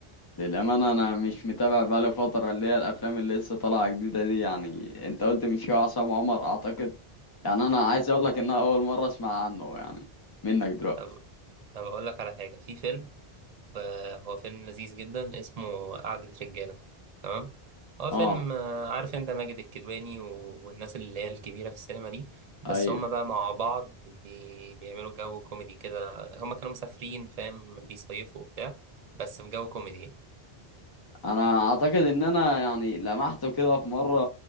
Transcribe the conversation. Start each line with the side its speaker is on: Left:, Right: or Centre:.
Left: للامانه انا مش متابع بقالي فتره اللي هي الافلام اللي لسه طالعه جديده دي يعني انت قلت من شويه عصام عمر اعتقد يعني انا عايز اقول لك ان أنا اول مره اسمع عنه يعني منك دلوقتي
Right: طب طب أقول لك على حاجة، في فيلم آه، هو فيلم لذيذ جدا اسمه قعدة رجالة تمام هو فيلم
Left: اه
Right: آه، عارف انت ماجد الكدواني و- والناس اللي هي الكبيرة في السينما دي بس
Left: ايوه
Right: هم بقى مع بعض بي... بيعملوا جو كوميدي كده هم كانوا مسافرين فاهم بيصيفوا وبتاع بس في جو كوميدي يعني.
Left: انا اعتقد ان انا يعني لمحته كده في مره